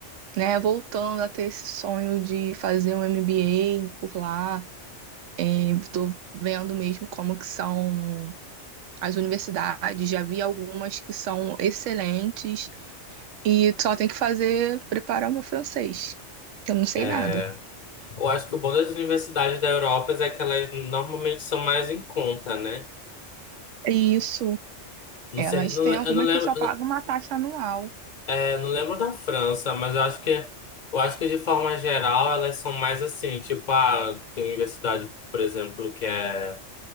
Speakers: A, on the right (about 85°); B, on the left (about 45°).
A: né? Voltando a ter esse sonho de fazer um MBA por lá. Estou vendo mesmo como que são. as universidades, já vi algumas que são excelentes e só tem que fazer preparar o meu francês, que eu não sei
B: é.
A: nada.
B: Eu acho que o bom das universidades da Europa é que elas normalmente são mais em conta, né?
A: É Isso.
B: Não
A: Elas
B: sei, não
A: têm
B: le-
A: algumas
B: eu não lembro,
A: que só pagam
B: eu não
A: uma taxa anual.
B: é, não lembro da França, mas eu acho que eu acho que de forma geral elas são mais assim, tipo, ah, tem universidade, por exemplo, que é